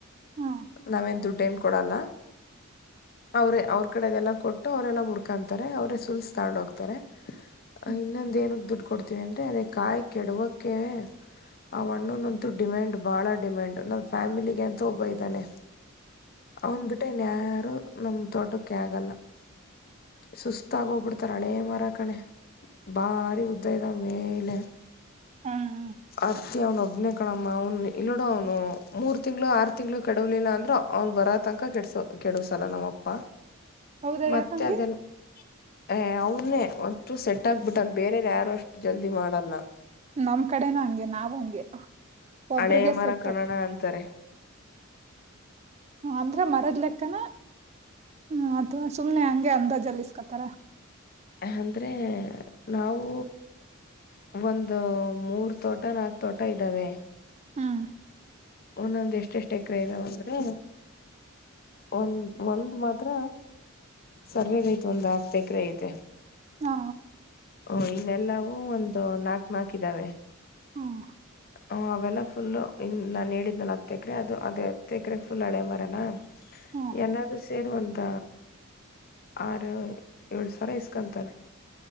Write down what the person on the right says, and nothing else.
ಹ್ಮ್
ಹ್ಮ್
ಹ್ಮ್ ಹ್ಮ್
ಹೌದಾ
ಯಾಕಂಗೆ
ನಮ್ ಕಡೆನೂ ಹಂಗೆ ನಾವು ಹಂಗೆ ಒಬ್ರ್ಗೆ
ಸೆಟ್ಟು
ಹ ಅಂದ್ರೆ ಮರದ್ ಲೆಕ್ಕನ ಹ ಅಥವಾ ಸುಮ್ನೆ ಹಂಗೆ ಅಂದಾಜಲ್ಲ ಇಸ್ಕೊಂತರ
ಹ್ಮ್
ಹಾ
ಹ್ಮ್
ಹ್ಮ್